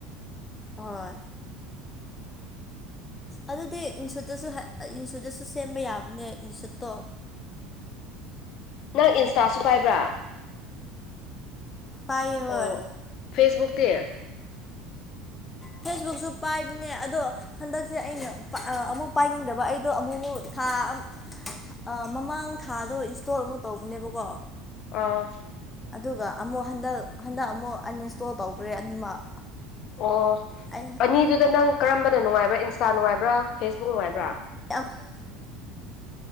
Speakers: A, on the left; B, on the left.
A: ꯍꯣꯏ ꯑꯗꯨꯗꯤ ꯏꯟꯁꯨꯠꯇꯁꯨ ꯏꯟꯁꯨꯠꯇꯁꯨ ꯁꯦꯝꯕ ꯌꯥꯕꯅꯦ ꯏꯟꯁꯨꯠꯇꯣ
B: ꯅꯪ ꯏꯟꯁꯇꯥꯁꯨ ꯄꯥꯏꯕ꯭ꯔꯥ
A: ꯄꯥꯏꯌꯦ ꯍꯣꯏ
B: ꯑꯣ ꯐꯦꯁꯕꯨꯛ ꯇ
A: ꯐꯦꯁꯕꯨꯛꯁꯨ ꯄꯥꯏꯕꯅꯦ ꯑꯗꯣ ꯍꯟꯗꯛꯁꯦ ꯑꯩꯅ ꯑꯃꯨꯛ ꯄꯥꯏꯅꯤꯡꯗꯕ ꯑꯩꯗꯣ ꯑꯃꯨꯛ ꯃꯨꯛ ꯊꯥ ꯑꯠꯃꯃꯥꯡ ꯊꯥꯗꯣ ꯏꯟꯁꯇꯣꯜ ꯑꯃꯨꯛ ꯇꯧꯕꯅꯦꯕꯀꯣ
B: ꯑꯥ
A: ꯑꯗꯨꯒ ꯑꯃꯨꯛ ꯍꯟꯗꯛ ꯍꯟꯗꯛ ꯑꯃꯨꯛ ꯑꯟꯏꯟꯁꯇꯣꯜ ꯇꯧꯈ꯭ꯔꯦ ꯑꯅꯤꯃꯛ
B: ꯑꯣ
A: ꯑ
B: ꯑꯅꯤꯗꯨꯗ ꯅꯪ ꯀꯔꯝꯕꯅ ꯅꯨꯡꯉꯥꯏꯕ꯭ꯔꯥ ꯏꯟꯁꯇꯥ ꯅꯨꯡꯉꯥꯏꯕ꯭ꯔꯥ ꯐꯦꯁꯕꯨꯛ ꯅꯨꯡꯉꯥꯏꯕ꯭ꯔꯥ
A: <unintelligible>